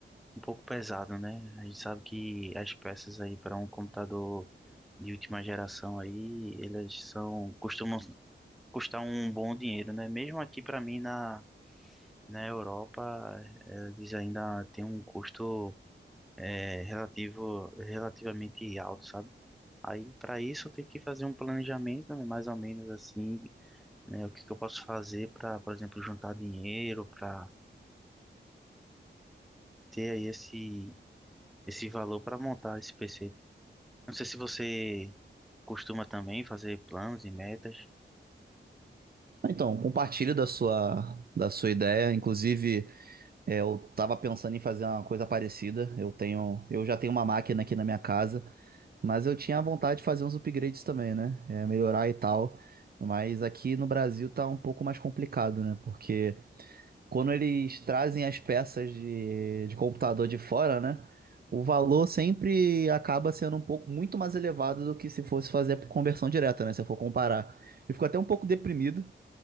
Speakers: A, in the centre; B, on the right.
A: um pouco pesado, né? A gente sabe que as peças aí para um computador de última geração aí, elas são costumam custar um bom dinheiro, né? Mesmo aqui para mim na na Europa, eles ainda têm um custo é, relativo relativamente alto, sabe? Aí, para isso, eu tenho que fazer um planejamento, né, mais ou menos assim, né? O que que eu posso fazer para, por exemplo, juntar dinheiro, para ter aí esse, esse valor para montar esse PC. Não sei se você costuma também fazer planos e metas.
B: Então, compartilho da sua, da sua ideia. Inclusive, é, eu tava pensando em fazer uma coisa parecida. Eu tenho, eu já tenho uma máquina aqui na minha casa, mas eu tinha vontade de fazer uns upgrades também, né? É, melhorar e tal. Mas aqui no Brasil tá um pouco mais complicado, né? Porque quando eles trazem as peças de, de computador de fora, né? O valor sempre acaba sendo um pouco muito mais elevado do que se fosse fazer por conversão direta, né? Se eu for comparar. Eu fico até um pouco deprimido,